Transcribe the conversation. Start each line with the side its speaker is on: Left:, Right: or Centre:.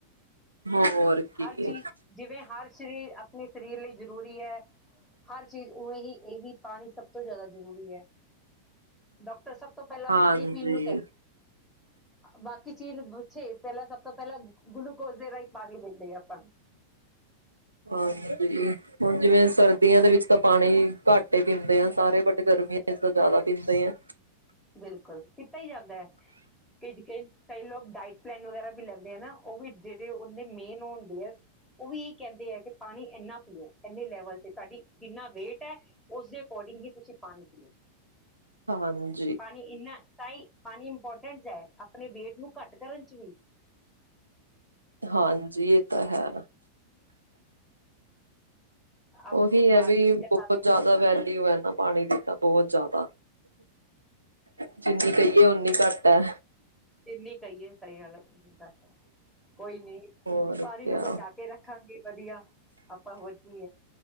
Right: ਹੋਰ ਕੀ
Centre: ਹਰ ਚੀਜ਼ ਜਿਵੇਂ ਹਰ ਸਰੀਰ ਆਪਣੇ ਸਰੀਰ ਲਈ ਜ਼ਰੂਰੀ ਹੈ, ਹਰ ਚੀਜ਼ ਉਵੇਂ ਹੀ ਇਹ ਵੀ ਪਾਣੀ ਸਭ ਤੋਂ ਜ਼ਿਆਦਾ ਜ਼ਰੂਰੀ ਹੈ। ਡਾਕਟਰ ਸਭ ਤੋਂ ਪਹਿਲਾਂ
Right: ਹਾਂਜੀ
Centre: ਪਾਣੀ ਪੀਣ ਨੂੰ ਬਾਕੀ ਚੀਜ਼ ਪੁੱਛੇ ਪਹਿਲਾਂ ਸਭ ਤੋਂ ਪਹਿਲਾਂ ਰੁੱਖ ਗੁਲੂਕੋਜ ਦੇ ਰਾਹੀਂ ਪਾਣੀ ਦੇ। ਲ <unintelligible>
Right: ਹਾਂ <inaudible> ਹੁਣ ਜਿਵੇਂ ਸਰਦੀਆਂ ਦੇ ਵਿੱਚ ਤਾਂ ਪਾਣੀ ਘੱਟ ਹੀ ਪੀਂਦੇ ਆ ਸਾਰੇ, ਬਟ ਗਰਮੀਆਂ ਵਿੱਚ ਤਾਂ ਜ਼ਿਆਦਾ ਪੀਂਦੇ ਆ।
Centre: ਬਿਲਕੁਲ ਪੀਤਾ ਹੀ ਜਾਂਦਾ ਹੈ ਕਈ ਕਈ ਕਈ ਲੋਕ ਡਾਇਟ ਪਲੈਨ ਵਗੈਰਾ ਵੀ ਲੈਂਦੇ ਆ ਨਾ। ਉਹ ਵੀ ਜਿਹੜੇ ਉਹਨੇ ਮੇਨ ਉਹ ਹੁੰਦੇ ਹੈ ਉਹ ਵੀ ਇਹੀ ਕਹਿੰਦੇ ਹੈ, ਕਿ ਪਾਣੀ ਇੰਨਾ ਪੀਓ ਇੰਨੇ ਲੈਵਲ ਸਾਡੀ ਏਨਾ ਵੇਟ ਹੈ। ਉਸੇ ਅਕੋਡਿੰਗ ਹੀ ਤੁਸੀਂ ਪਾਣੀ ਪੀਓ।
Right: <unintelligible>
Centre: ਪਾਣੀ ਇੰਨਾ ਤਾਂ ਹੀ ਪਾਣੀ ਇੰਪੋਰਟੈਂਟ ਹੈ, ਆਪਣੇ ਵੇਟ ਨੂੰ ਘੱਟ ਕਰਨ ਚ ਵ।
Right: ਹਾਂਜੀ ਇਹ ਤਾਂ ਹੈ।
Centre: ਅਬ
Right: ਉਹੀ
Centre: ਬਾਹਰ
Right: ਹੈ ਵੀ
Centre: ਦੀ ਚੀਜ਼ਾਂ
Right: ਬਹੁਤ
Centre: ਖਾ ਕੇ
Right: ਜ਼ਿਆਦਾ ਵੈਲ ਟੂਯੂਬਵੈਲ ਦਾ ਪਾਣੀ ਪੀਤਾ ਬਹੁਤ ਜ਼ਿਆਦਾ। ਜਿੰਨੀ ਕਹੀਏ ਓਨੀ ਘੱਟ ਹੈ।
Centre: ਇਨੀ ਕਹੀਏ ਸਹੀ ਗੱਲ ਹੈ। ਕੋਈ ਨੀ
Right: ਹੋਰ
Centre: ਪਾਣੀ
Right: ਕਿਆ
Centre: ਨੂੰ ਬਚਾ ਕੇ ਰੱਖਾਂਗੇ ਵਧੀਆ, ਆਪਾਂ ਹੋਰ ਕੀ ਏ